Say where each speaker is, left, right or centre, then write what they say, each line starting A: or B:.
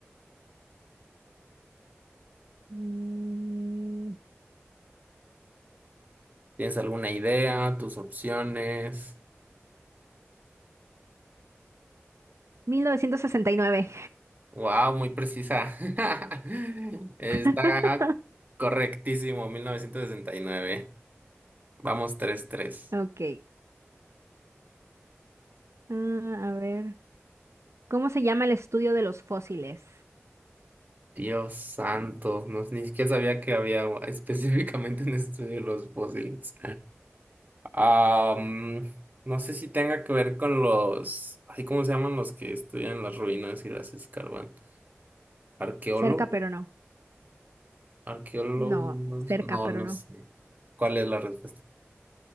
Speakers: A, on the right (about 85°); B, on the right (about 35°).
A: mm,
B: ¿Tienes alguna idea? ¿Tus opciones?
A: 1969.
B: Wow, muy precisa. <laughs> Está
A: <laughs>
B: correctísimo, 1969. Vamos tres tres.
A: Ok. Ah, a ver. ¿Cómo se llama el estudio de los fósiles?
B: Dios santo, no, ni siquiera sabía que había agua <laughs> específicamente en estudio de los fósiles. Am, no sé si tenga que ver con los, ay, ¿cómo se llaman los que estudian las ruinas y las escarban? ¿Arqueólogos?
A: Cerca, pero no.
B: ¿Arqueólogos?
A: No, cerca,
B: No,
A: pero
B: no
A: no.
B: sé. ¿Cuál es la respuesta?